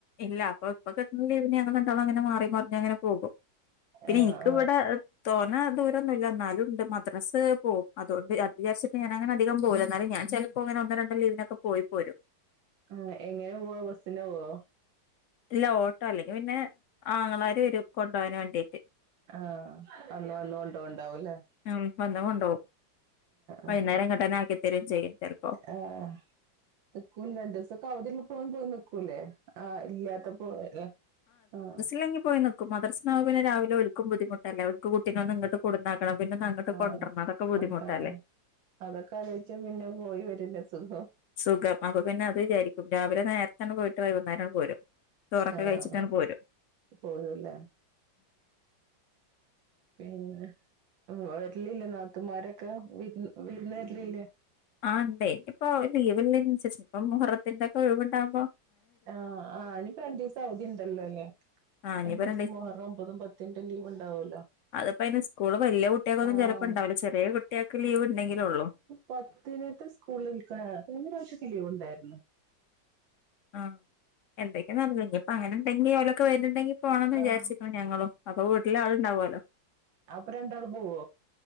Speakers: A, on the left (about 75°); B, on the right (about 80°).
A: ഇല്ല അപ്പൊ ഇപ്പ കിട്ടണ ലീവിന് ഞങ്ങള് രണ്ടാളും അങ്ങനെ മാറിമറിഞങ്ങനെ പോകും പിന്നെ
B: ആഹ്
A: എനിക്കിവിടെ
B: ആഹ്
A: തോന്ന ദൂരൊന്നുല്ല എന്നാലും ഉണ്ട് മദ്രസ് പോവും അതോണ്ട് അത് വിചാരിച്ചിട്ട് ഞാനങ്ങനെ അധികം പോല്ല കാരണം ഞാൻ ചെല പ്പൊ ഒന്ന് രണ്ട് ലീവിനൊക്കെ പോയി പോരും
B: ആഹ് എങ്ങനെ പോവ ബസ്സിന് പോവോ
A: ഇല്ല ഓട്ടോ അല്ലെങ്കി പിന്നെ ആങ്ങളാര് വരും കൊണ്ടോവാൻ വേണ്ടീട്ട്
B: ആഹ് വന്ന് വന്ന് കൊണ്ടോണ്ടാവുല്ലേ
A: ഉം വന്ന് കൊണ്ടോവും വൈന്നേരം
B: ആഹ്
A: ഇങ്ങട്ടന്നാക്കി തരേം ചെയ്യും ചെലപ്പോ
B: ആഹ് നിക്കൂലെ രണ്ടൂസൊക്കെ അവധിള്ളപ്പ പോയി നിക്കൂലെ ആഹ് ഇല്ലാത്തപ്പോവു ആഹ്
A: ല്ലെങ്കി പോയിനി ക്കും മദർസ്ന്ന് പിന്ന രാവിലെ ഒൽക്കും ബുദ്ധിമുട്ടല്ലേ ഓൽക് കൂട്ടിങ്ങാട്ട് ങ്ങട്ട് കൊടുന്ന കണം പിന്നെന്ന് അങ്ങട്ട്
B: ആഹ്
A: കൊണ്ട്രണം അതൊക്കെ ബുദ്ധിമുട്ടല്ലേ
B: കൊണ്ടാണോ അതൊക്കെ അലോച്ച പിന്നെ പോയി വരന്നെ സുഖം
A: സുഖം അപ്പൊ പിന്നെ അത് വിചാരിക്കും രാവിലെ നേരത്തെന്ന പോയിട്ട് വൈകുന്നേരംണ് പോരും ചോറൊക്കെ
B: ആഹ്
A: കഴിച്ചിട്ടാണ് പോരും
B: പോരൂല്ലേ പിന്നെ വരലില്ല നാത്തൂ മാരൊക്കെ വി വിരുന്നരലില്ലേ
A: ആ ണ്ട് ഇപ്പോ ലീവില്ലേനൻസര്ച് ഇപ്പ മുഹുറത്തിന്റെ ഒക്കെ ഒഴിവുണ്ടാവകുമ്പോ
B: ആഹ് ആ ഇനിപ്പ രണ്ടുസം അവധി ഉണ്ടല്ലോ അല്ലേ
A: ആഹ്
B: രണ്ടീസം
A: ഇനിയിപ്പോ
B: മുഹറം ഒമ്പതും പത്തിന്റെ ലീവ് ഉണ്ടാവല്ലോ
A: അത്പ്പോ അതിന് സ്കൂള് വലിയ കുട്ട്യക്കൊന്നും
B: ആഹ്
A: ചെലപ്പോുണ്ടാവില്ല ചെറിയ കുട്ട്യക്ക് ലീവ് ഉണ്ടെങ്കിലെ ള്ളു
B: പത്തിലേക്ക് സ്കൂളിൽക്കാ കഴിഞ്ഞപ്രാവശ്യത്തി ലീവ് ഉണ്ടായിരുന്നു
A: ആഹ എന്തൊക്കെ നല്ല ഞ്ഞിപ്പം ഇപ്പൊ അങ്ങനെ ണ്ടെങ്കിൽ ഓലൊക്കെ വെര്ണ്ടെങ്കിൽ പോണം ന്ന്
B: ആഹ്
A: വിചാരിച്ചികണ് ഞങ്ങളും അപ്പൊ വീട്ടിൽ ആൾ ണ്ടാവുല്ലോ
B: അപ്പം രണ്ടാളും പോവോ